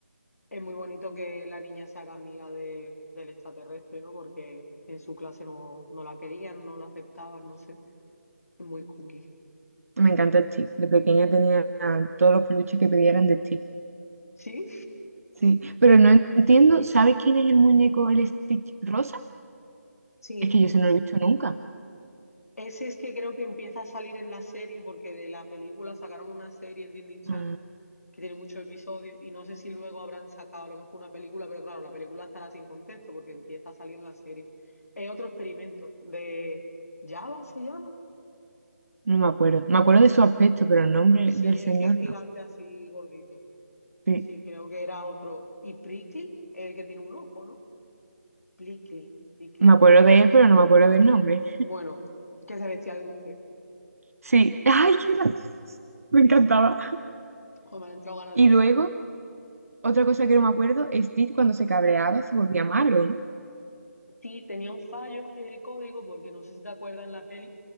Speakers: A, on the left (about 65°); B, on the right (about 60°).
A: Es muy bonito que la niña se haga amiga de, del extraterrestre, ¿no? Porque en su clase no, no la querían, no la aceptaban, no sé, es muy cookie.
B: Me encanta el Stitch. De pequeña tenía ah, todos los peluches que pedían de Stitch.
A: ¿Sí?
B: Sí, pero no entiendo, ¿sabes quién es el muñeco, el Stitch rosa?
A: Sí.
B: Es que yo se no lo he visto nunca.
A: Ese es que creo que empieza a salir en la serie porque de la película sacaron una serie en Disney Channel
B: Ah,
A: que tiene muchos episodios y no sé si luego habrán sacado a lo mejor una película, pero claro, la película estará sin contexto porque empieza a salir en la serie. Es otro experimento de Java se llama.
B: no me acuerdo. Me acuerdo de su aspecto, pero el nombre
A: Sí,
B: del
A: el
B: señor
A: que es gigante
B: no.
A: así gordito.
B: Sí,
A: Sí, creo que era otro. Y Prickly, el que tiene un ojo, ¿no? Prickly, Prickly.
B: me acuerdo de él, pero no me acuerdo del nombre.
A: Bueno, que se vestía de mujer.
B: Sí, ay, qué gracioso. Me
A: Ese.
B: encantaba.
A: Joder, me han entrado ganas
B: Y
A: de verla.
B: luego, otra cosa que no me acuerdo, Stitch cuando se cabreaba se volvía malo, ¿no?
A: Sí, tenía un fallo en el código, porque no sé si te acuerdas en la peli,